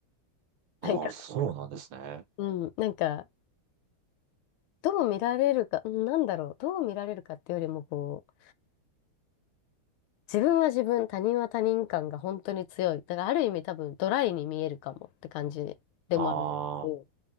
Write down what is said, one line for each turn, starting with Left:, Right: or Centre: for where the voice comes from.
Right: ああ、
Left: なんか、
Right: そうなんですね。
Left: うん、なんか、どう見られるか、うんなんだろう、どう見られるかっていうよりも、こう、自分は自分、他人は他人感が本当に強い。だからある意味多分ドライに見えるかもって感じでもあるんですけど
Right: ああ。